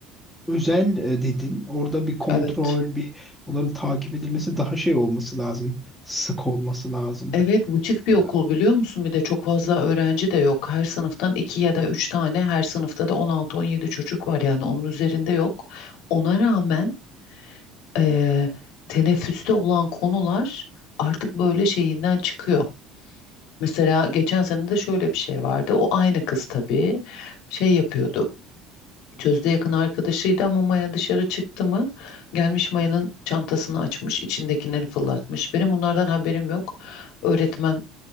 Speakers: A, in the centre; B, on the left.
A: özel e, dedin. Orada bir kontrol,
B: Evet.
A: bir bunların takip edilmesi daha şey olması lazım. Sık olması lazım.
B: Evet, buçuk bir
A: E,
B: okul biliyor musun? Bir de çok fazla öğrenci de yok. Her sınıftan iki ya da üç tane, her sınıfta da on altı on yedi çocuk var yani onun üzerinde yok. Ona rağmen e, teneffüste olan konular artık böyle şeyinden çıkıyor. Mesela geçen sene de şöyle bir şey vardı. O aynı kız tabii şey yapıyordu. Sözde yakın arkadaşıydı ama Maya dışarı çıktı mı gelmiş Maya'nın çantasını açmış, içindekileri fırlatmış. Benim bunlardan haberim yok. Öğretmen